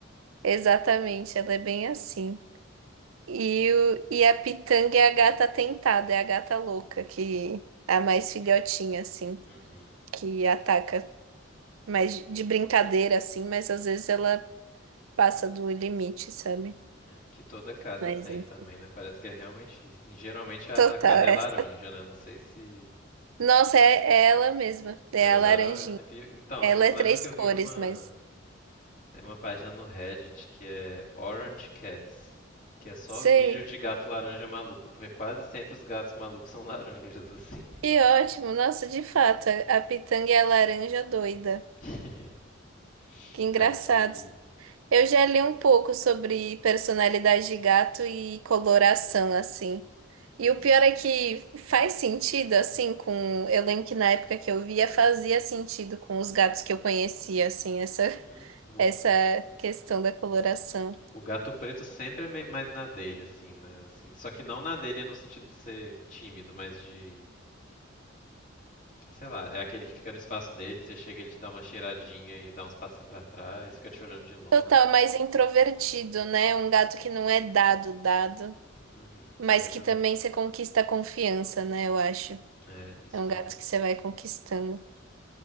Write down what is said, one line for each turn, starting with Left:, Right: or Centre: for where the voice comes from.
Right: exatamente, ela é bem assim. E, o, e a Pitanga é a gata tentada, é a gata louca, que é a mais filhotinha, assim,
Left: Uhum.
Right: que ataca mais de de brincadeira, assim, mas às vezes ela passa do limite, sabe?
Left: É Que toda casa
Right: Mas
Left: tem
Right: enfim.
Left: também, né? Parece que é realmente isso. assim. geralmente a
Right: Total,
Left: atacada é
Right: essa.
Left: laranja, né? Não sei se
Right: Nossa, é, é ela mesma, é
Left: ela é
Right: a
Left: laranja.
Right: laranjinha.
Left: Eu vi- Então,
Right: Ela
Left: eu
Right: é
Left: lembro
Right: três
Left: que eu
Right: cores,
Left: vi uma.
Right: mas
Left: Tem uma página no Reddit que é Orange Cats, que é só
Right: sei.
Left: vídeo de gato laranja maluco, porque quase sempre os gatos malucos são laranjas, assim.
Right: Que ótimo! Nossa, de fato, a a pitanga é a laranja doida.
Left: <laughs>
Right: Que engraçado.
Left: Aqui.
Right: Eu já li um pouco sobre personalidade de gato e coloração, assim. E
Left: Uhum.
Right: o pior é que faz sentido, assim, com... Eu lembro que na época que eu via, fazia sentido com os gatos que eu conhecia, assim, essa,
Left: Uhum.
Right: <laughs>
Left: Muito.
Right: essa questão da coloração.
Left: O gato preto sempre é me- mais na dele, assim, né? Assim, só que não na dele no sentido de ser tímido, mas de. Sei lá, é aquele que fica no espaço dele, você chega, ele te dá uma cheiradinha e dá uns passinhos pra trás, fica te olhando de longe.
Right: Total, mais introvertido, né? Um gato que não é dado, dado,
Left: Uhum,
Right: mas
Left: exatamente.
Right: que também você conquista a confiança, né? Eu acho.
Left: É, isso
Right: É um
Left: mesmo.
Right: gato que você vai conquistando.